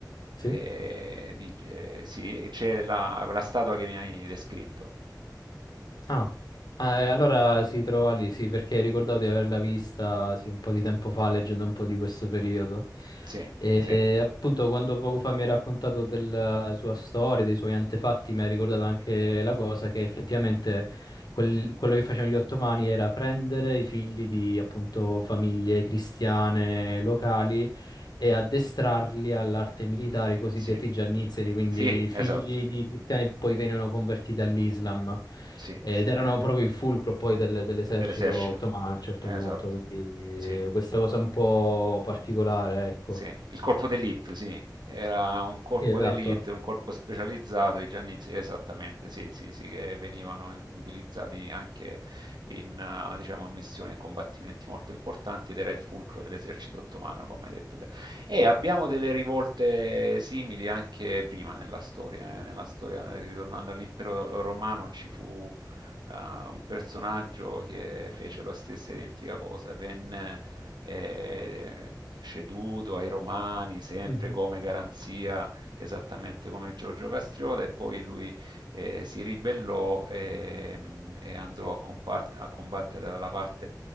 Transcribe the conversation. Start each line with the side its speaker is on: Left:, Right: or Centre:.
Left: Sì.
Right: eh, di- eh, sì, c'è la, quella statua che mi hai descritto.
Left: Ah, Ah, e allora si trova lì, sì, perché ricordavo di averla vista sì, un po' di tempo fa, leggendo un po' di questo periodo.
Right: Sì,
Left: E,
Right: sì.
Left: e, appunto, quando poco fa mi hai raccontato della sua storia, dei suoi antefatti, mi hai ricordato anche la cosa che effettivamente quel- quello che facevano gli ottomani era prendere i figli di appunto famiglie cristiane locali e addestrarli all'arte militare, i cosiddetti
Right: Sì.
Left: giannizzeri, quindi
Right: Sì,
Left: figli
Right: esatto.
Left: di cristiani che poi venivano convertiti all'Islam
Right: Sì,
Left: ed erano proprio il fulcro poi del- dell'esercito
Right: dell'esercito.
Left: ottomano a un certo
Right: Esatto.
Left: punto, quindi
Right: Sì.
Left: eh, questa cosa un po' particolare, ecco.
Right: Sì, il corpo d'elite, sì, era un corpo
Left: Sì, esatto.
Right: d'elite, un corpo specializzato, i Giannizzi, esattamente, sì, sì, sì, che venivano utilizzati anche in, eh, diciamo, in missioni e combattimenti molto importanti ed era il fulcro dell'esercito ottomano, come hai detto te. E abbiamo delle rivolte simili anche prima nella storia, eh, Nella storia, ritornando all'impero romano, ci fu eh, un personaggio che fece la stessa identica cosa, venne eh, ceduto ai Romani, sempre
Left: Mhm.
Right: come garanzia, esattamente come Giorgio Castriota, e poi lui eh, si ribellò e, e andò a, compart- a combattere dalla parte